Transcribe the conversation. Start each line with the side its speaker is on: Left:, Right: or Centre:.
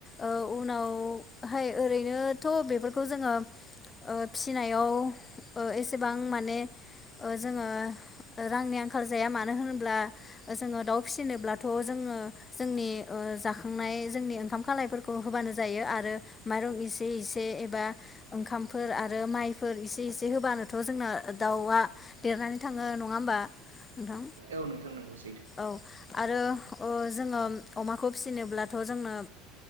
Left: ओ उनावहाय ओरैनोथ' बेफोरखौ जोङो ओ फिनायाव ओ एसेबां माने ओ जोङो ओ रांनि आंखाल जाया मानो होनोब्ला ओ जोङो दाउ फिसिनोब्लाथ' जोङो जोंनि ओ जा खांनाय जोंनि ओंखाम खालायफोरखौ होबानो जायो आरो माइरं इसे इसे एबा ओंखामफोर आरो माइफोर इसे इसे होबानोथ' जोंना दाउआ देरनानै थाङो नङा होमबा नोंथां
Right: औ नोंथां नंगौ सै
Left: औ आरो ओ जोङो अमाखौ फिसिनोब्लाथ' जोंनो